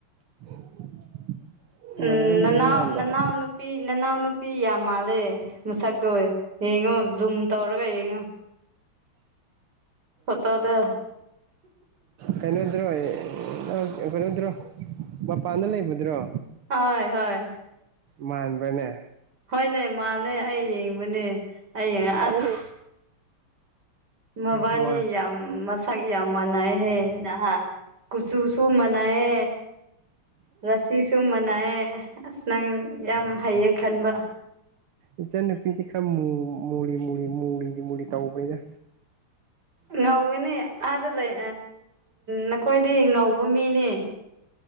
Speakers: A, on the right; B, on the right.
A: <unintelligible> ꯃꯥꯟꯅꯔꯝꯗꯧ
B: ꯎꯝ ꯅꯅꯥꯎ
A: ꯃꯥꯟꯗꯕ
B: ꯅꯅꯥꯎ ꯅꯨ ꯅꯨꯄꯤ ꯅꯅꯥꯎ ꯅꯨꯄꯤ ꯌꯥꯝ ꯃꯥꯜꯂꯦ ꯃꯁꯛꯇꯣ ꯌꯦꯡꯉꯣ ꯨꯖꯨꯝ ꯇꯧꯔꯒ ꯌꯦꯡꯉꯣ ꯐꯣꯇꯣꯗ꯫
A: ꯀꯩꯅꯣꯗ꯭ꯔꯣꯏ ꯀꯩꯅꯣꯗ꯭ꯔꯣ ꯃꯄꯥꯟꯗ ꯂꯩꯕꯗꯨꯔꯣ꯫
B: ꯍꯣꯏ ꯍꯣꯏ꯫
A: ꯃꯥꯟꯕ꯭ꯔꯅꯦ
B: ꯍꯣꯏꯅꯦ ꯃꯥꯅꯦ ꯑꯩ ꯌꯦꯡꯕꯅꯦ ꯑꯩ ꯌꯦꯡꯉ ꯑꯁ
A: ꯁꯤ
B: ꯃꯕꯥꯅꯤ
A: ꯃꯥ
B: ꯌꯥꯝ ꯃꯁꯥꯒꯤ ꯌꯥꯝ ꯃꯥꯟꯅꯍꯦ ꯅꯍꯥ ꯀꯨꯆꯨꯁꯨ ꯃꯅꯥꯔꯦ ꯔꯁꯤꯁꯨ ꯇꯨꯝꯕꯅꯥꯑꯦ ꯑꯁ ꯅꯪ ꯌꯥꯝ ꯍꯩꯌꯦ ꯈꯟꯕ꯫
A: ꯏꯆꯟꯅ ꯅꯨꯄꯤꯗꯤ ꯈꯔ ꯃꯨ ꯃꯨꯔꯤ ꯃꯨꯂꯤꯗꯤ ꯃꯨꯂꯤ ꯇꯧꯕꯩꯗ
B: ꯉꯧꯒꯅꯤ ꯑꯥꯗ ꯂꯩ ꯅꯈꯣꯏꯗꯤ ꯉꯧꯕ ꯃꯤꯅꯤ